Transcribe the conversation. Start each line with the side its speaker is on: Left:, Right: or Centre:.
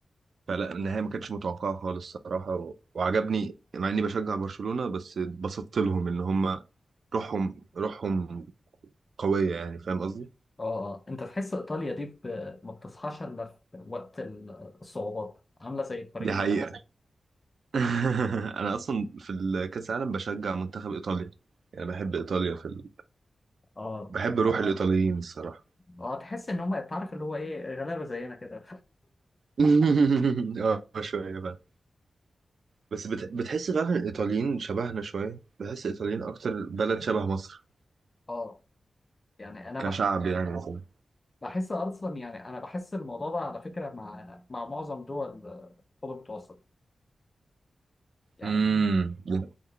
Right: فلا النهاية ما كانتش متوقعة خالص الصراحة و... وعجبني مع اني بشجع برشلونة بس اتبسطت لهم ان هما روحهم روحهم قوية يعني فاهم قصدي
Left: اه اه أنت تحس إيطاليا دي ب- ما بتصحاش إلا في وقت ال- الصعوبات عاملة زي الفريق
Right: دي
Left: المصري
Right: حقيقة
Left: كده
Right: <laughs> انا اصلا في الكاس العالم بشجع منتخب ايطاليا يعني بحب ايطاليا في ال...
Left: اه
Right: بحب روح الايطاليين الصراحه
Left: اه تحس إن هم تعرف اللي هو إيه غلابة زينا كده
Right: <laughs> اه شويه بقى بس بت... بتحس فعلا الايطاليين شبهنا شويه بحس الايطاليين اكتر بلد شبه مصر
Left: <laughs> اه يعني أنا
Right: كشعب يعني مثلا
Left: بحس اصلا يعني انا بحس الموضوع ده على فكره مع مع معظم دول آه، الخليج المتوسط يعني
Right: امم